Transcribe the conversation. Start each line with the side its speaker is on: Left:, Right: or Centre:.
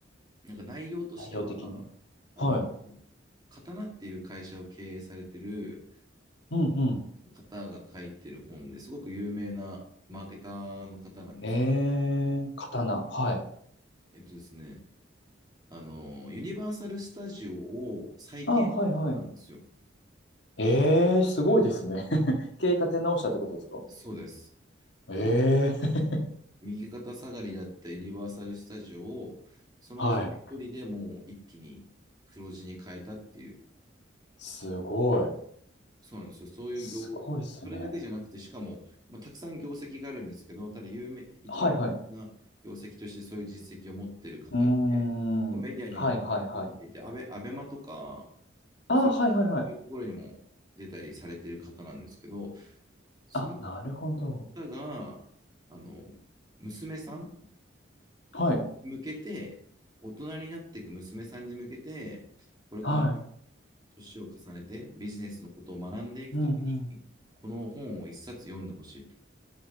Right: なんか内容としては、
Left: 内容的に。
Right: あの、
Left: はい。
Right: 刀っていう会社を経営されてる、
Left: うんう
Right: 方が書いてる本ですごく有名なマーケターの方なんですけ
Left: ん。えー、刀。はい。
Right: ど、えっとですね、あの、ユニバーサル・スタジオを再建なんですよ。
Left: あ、はいはい。えー、すごいですね。<laughs> 経営立て直したってことですか
Right: そうです。
Left: えー、
Right: もう右肩下がりだったユニバーサル・スタジオを、その人一人でもう一気に黒字に変えたっていう
Left: はい。すごい。
Right: そうなんですよ。そういう業、
Left: すごいっすね。
Right: それだけじゃなくて、しかも、まあ、たくさん業績があるんですけど、ただ有名、一番有名な業績としてそういう実績を持ってる方で、
Left: はいはい。うーん。
Right: メディアにも露出していて、
Left: はいはいはい。
Right: アベ、アベマとか、
Left: ああ、
Right: そう
Left: はいはいはい。
Right: いうところにも出たりされてる方なんですけど、その
Left: あ、なるほど。
Right: 方が、あの、娘さん
Left: はい。
Right: に向けて、大人になっていく娘さんに向けて、これから
Left: は
Right: 年を重ねてビジネスのことを学んでいくときに、
Left: い。うんうん。
Right: この本を一冊読んでほしいと。